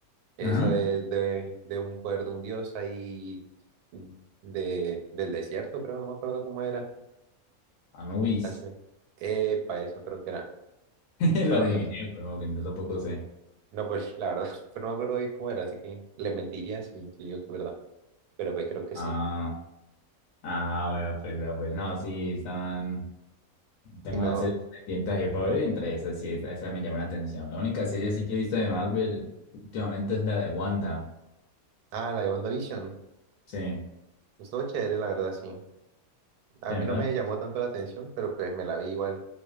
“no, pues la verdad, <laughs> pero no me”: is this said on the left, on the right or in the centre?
Right